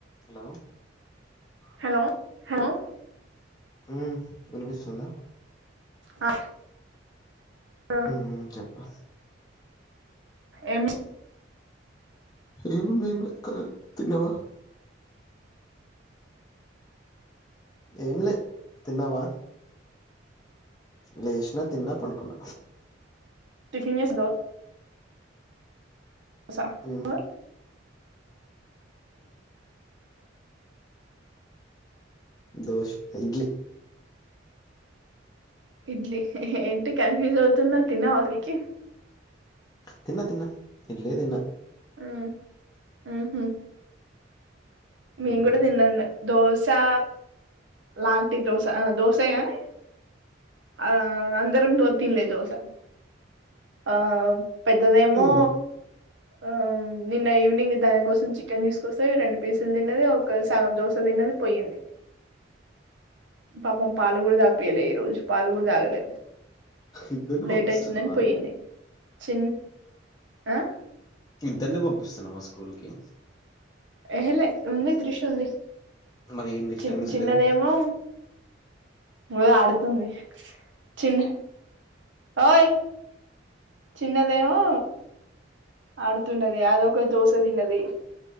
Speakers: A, on the left (about 20°); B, on the right (about 70°).
A: హలో
B: హలో హలో
A: ఉమ్ వినిపిస్తుందా
B: ఆ అహ్
A: ఉమ్ చెప్పు
B: ఎమి
A: ఏముంది ఎంలే కార్ తిన్నావా ఏంలే తిన్నావా లేసినా తిన్నా పండుకున్న
B: టిఫన్ చేసింద <inaudible>
A: ఉమ్ దోశ ఇడ్లీ
B: ఇడ్లీ ఏంటి కన్ఫ్యూజ్ అవుతునవ్ తిన్నవా అసల్ కి
A: తిన్న తిన్న ఇడ్లీ తిన్న
B: ఉమ్ ఉహు
A: ఉమ్
B: మేం గూడా తిన్నాన్నే దోసా లాంటి దోస అహ్ దోసెగానీ ఆ అందరం దో తిన్లే దోస ఆమ్ పెద్దదేమో
A: ఉమ్
B: ఆహ్ నిన్న ఈవినింగ్ దాని కోసం చికెన్ తీసుకొస్తే రెండు పీస్ తిన్నది ఒక సగం దోస తిన్నది పోయింది పాపం పాలు గుడా తాగ్ పియలే ఈరోజు పాలు గూడా తాగలే
A: ఇద్దరిని
B: లేటైతుందని
A: పంపిస్తున్నావా
B: పోయింది చిన్ ఆహ్
A: ఇద్దర్ని పంపిస్తున్నవా స్కూల్ కి
B: ఎహ లే ఉంది త్రిష్ ఉంది
A: మరి ఏం డిస్టర్బెన్స్
B: చి చిన్నదేమో
A: లేదు
B: మొద ఆడుతుంది చిన్ ఓయ్ చిన్నదేమో ఆడుతున్నది అదొక దోస తిన్నది